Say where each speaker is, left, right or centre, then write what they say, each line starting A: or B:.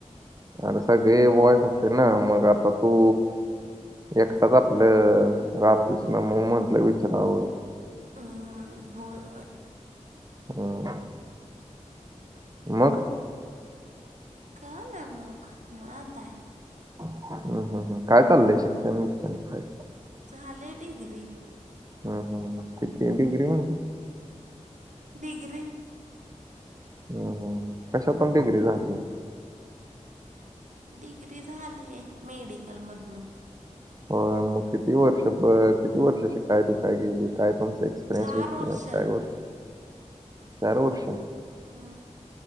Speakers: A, on the right; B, on the right.
A: अरे सगळे वॉयच होते ना मग आता तू एकटाच आपलं रात्रीच ना म म्हटलं विचारावं
B: ह् होय होय
A: हम मग
B: का ना आहे मग निवाता आहे
A: हम् हम् हम काय चाललंय शिक्षण विक्षणय
B: झालले डीिग्री
A: हम हम तिती िग्रि म्हण
B: डिग्री
A: हम्म हम्् कशा पण डिग्री झाली
B: डिग्री झालीय मेडिकलमधन
A: हो मग किती वर्ष किती वर्ष शिकाय ब कााय गेली काय तुम एक्सपिरियस
B: चार
A: वेक्सपरियन्स
B: वर्ष
A: काय वर्ष चार वर्ष
B: ह